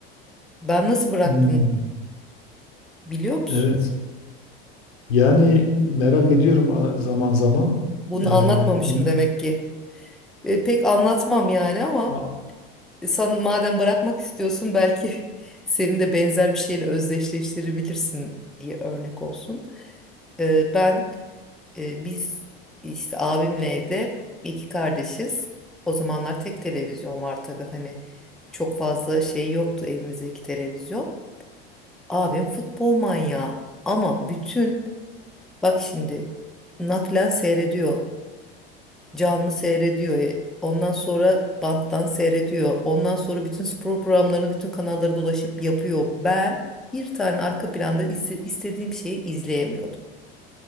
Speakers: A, in the centre; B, on the left.
A: Ben nasıl bıraktım
B: Hmm,
A: biliyor musun?
B: evet. Yani merak ediyorum a- zaman zaman.
A: Bunu
B: Eee,
A: anlatmamışım
B: y-
A: demek ki. E, pek anlatmam yani ama
B: a-
A: Sen madem bırakmak istiyorsun belki <laughs> senin de benzer bir şeyle özdeşleştirebilirsin diye örnek olsun. Ee, ben e, biz işte abimle evde iki kardeşiz. O zamanlar tek televizyon var tabii hani çok fazla şey yoktu evimizde iki televizyon. Abim futbol manyağı ama bütün bak şimdi naklen seyrediyor. canlı seyrediyor. E, Ondan sonra banttan seyrediyor. Ondan sonra bütün spor programlarını bütün kanallara dolaşıp yapıyor. Ben bir tane arka planda izle- istediğim şeyi izleyemiyordum.